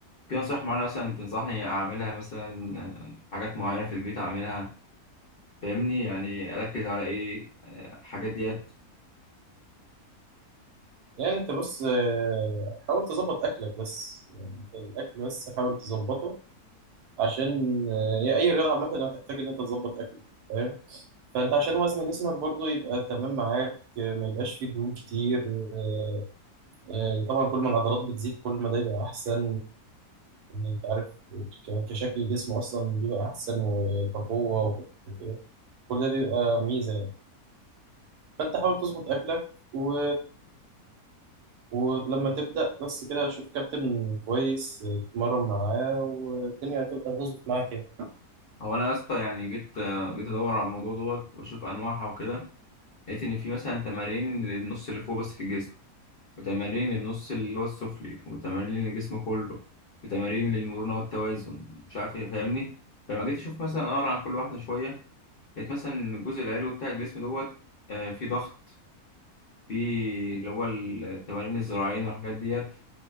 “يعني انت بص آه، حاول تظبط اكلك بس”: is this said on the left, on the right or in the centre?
Right